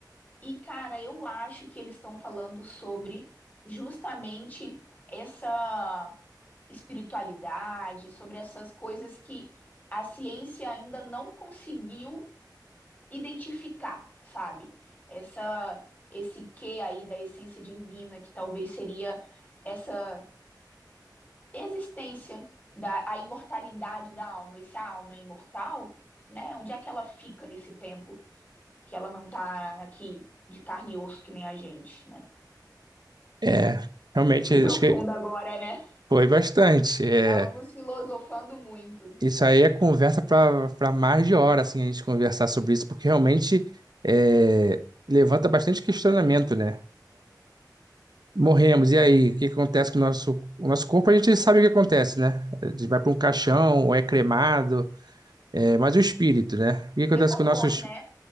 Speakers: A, on the left (about 20°); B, on the right (about 65°).
A: E, cara, eu acho que eles estão falando sobre justamente essa espiritualidade, sobre essas coisas que a ciência ainda não conseguiu identificar, sabe? Essa esse que aí da essência divina que talvez seria essa existência da a imortalidade da alma, e se a alma é imortal, né? Onde é que ela fica nesse tempo que ela não tá aqui de carne e osso que nem a gente, né?
B: É, realmente,
A: Fui profunda
B: acho que
A: agora, né?
B: foi bastante. É,
A: Estamos filosofando muito.
B: isso aí é conversa para para mais de hora, assim, a gente conversar sobre isso, porque realmente é, levanta bastante questionamento, né? Morremos, e aí? O que acontece com o nosso, o nosso corpo? A gente sabe o que acontece, né? A gente vai para um caixão, ou é cremado, é, mas o espírito, né? O que acontece
A: Decompõe,
B: com o nosso,
A: né?